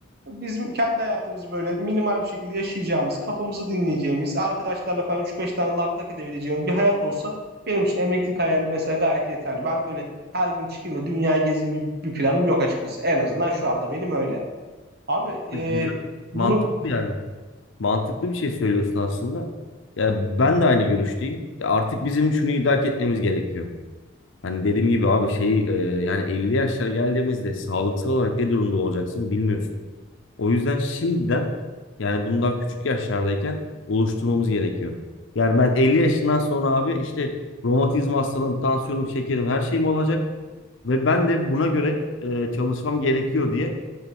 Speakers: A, on the right; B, on the left.
A: Bizim kendi hayatımızı böyle minimal bir şekilde yaşayacağımız, kafamızı dinleyeceğimiz, arkadaşlarla falan üç beş tane lak lak edebileceğimiz bir hayat olsa benim için emeklilik hayali mesela gayet yeterli. Ben böyle her gün çıkayım da dünyayı gezeyim gibi bir planım yok açıkçası. En azından şu anda benim öyle. Abi
B: Güzel,
A: e, bunu
B: mantıklı yani. Mantıklı bir şey söylüyorsun aslında. Ya ben de aynı görüşteyim. Ya artık bizim şunu idrak etmemiz gerekiyor. Hani dediğim gibi abi şey e, yani 50 yaşlara geldiğimizde sağlıksal olarak ne durumda olacaksın bilmiyorsun. O yüzden şimdiden yani bunu daha küçük yaşlardayken oluşturmamız gerekiyor. Yani ben 50 yaşından sonra abi işte romatizma hastalığım, tansiyonum, şekerim her şeyim olacak ve ben de buna göre e, çalışmam gerekiyor diye